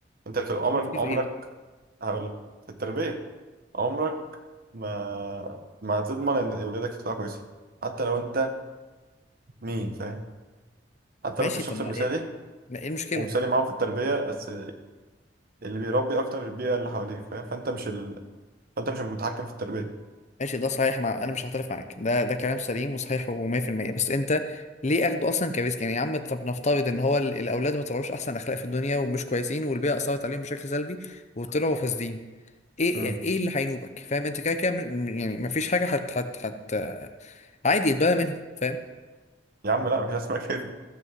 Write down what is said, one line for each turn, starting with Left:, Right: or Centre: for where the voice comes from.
Right: أنت بتبقى عمرك
Left: ممكن في
Right: عمرك
Left: إيه؟
Right: هقول في التربية عمرك ما ما هتضمن إن ولادك يطلعوا كويسين حتى لو أنت مين فاهم حتى
Left: ماشي
Right: لو أنت الشخص
Left: طب ما
Right: المثالي
Left: إيه ما إيه المشكلة؟
Right: ومثالي معاهم في التربية بس اللي بيربي أكتر البيئة اللي حواليك فاهم فأنت مش ال... فأنت مش المتحكم في التربية
Left: ماشي ده صحيح مع أنا مش هعترف معاك ده ده كلام سليم وصحيح و100% بس أنت ليه أخده أصلا كريسك يعني يا عم طب نفترض إن هو ال- الأولاد ما طلعوش أحسن أخلاق في الدنيا ومش كويسين والبيئة أثرت عليهم بشكل سلبي وطلعوا فاسدين إيه
Right: مم.
Left: إيه اللي هينوبك؟ فاهم أنت كده كده م- يعني ما فيش حاجة هت هت هت عادي يتبرى منهم فاهم؟
Right: يا عم لا مش هسمع كده